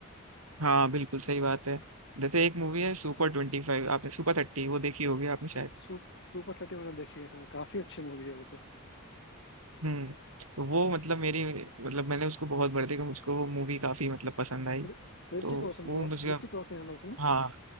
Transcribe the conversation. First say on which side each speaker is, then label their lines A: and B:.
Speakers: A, on the right; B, on the left.
A: हूँ हाँ बिल्कुल सही बात है जैसे एक मूवी है सुपर ट्वेंटी फाइव आपने सुपर थर्टी वो देखी होगी आपने शायद
B: सु, सुपर थर्टी मैंने देखी है हाँ काफी अच्छी मूवी है वो तो
A: हम्म तो वो मतलब मेरी मतलब मैंने उसको बहुत बार देखा मुझको वो मूवी काफी मतलब पसंद आई
B: रि- ऋतिक
A: तो
B: रोशन
A: वो
B: की
A: मुझे
B: बात ऋतिक रोशन है ना उसमें
A: हाँ